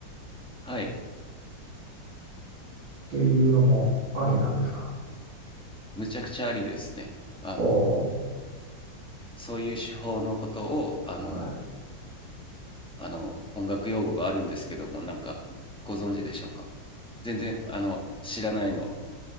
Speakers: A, in the centre; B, on the right.
A: はい。
B: ていうのもありなんですか
A: むちゃくちゃありですね。あの、
B: おお
A: そういう手法のことを、あの、
B: ー、はい、
A: あの、音楽用語があるんですけども、なんか、ご存知でしょうか。全然、あの、知らないの